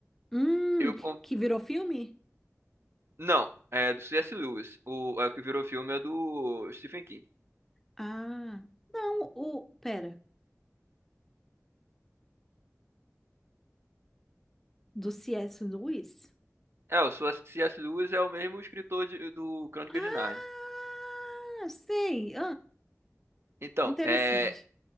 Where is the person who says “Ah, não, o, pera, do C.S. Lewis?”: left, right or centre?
Centre